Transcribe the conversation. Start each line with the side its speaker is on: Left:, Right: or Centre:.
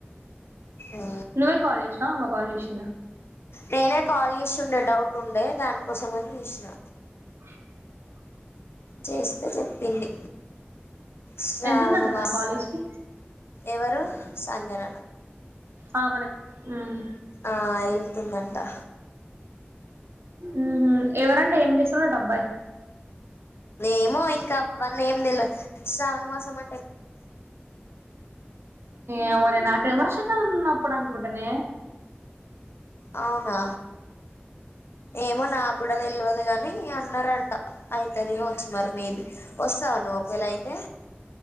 Left: అ
Right: నున్నమే కాాలేజ్నామ కాాలేజ్ంద
Left: నేనే కాల్ చేసి ఉండే డౌట్ ఉండే దానికోసం అని చూసినా
Right: ఆ
Left: చేస్తే చెప్పింది శ్రావణ
Right: వెళ్తుందంటనా
Left: మాసం
Right: కాలేజ్ కి
Left: ఎవరు సంజన
Right: ఆ మన మ్మ్
Left: ఆ ఇల్తుందంటా
Right: మ్మ్ ఎవరంట ఏం చేస్తుడంట అబ్బాయ్
Left: ఏమో ఇంకా అవన్నీ ఏం తెలద్ శావణ మాసం అంట
Right: ఏమోనే నాకే వర్షాకాలం అప్పుడు అనుకుంటనే
Left: అవునా ఏమో నా కూడా తెల్వదు కాన్ ని అన్నరంట అయితది ఒత్ మరి మేబి వస్తావ నువ్ ఒకవేళ అయితే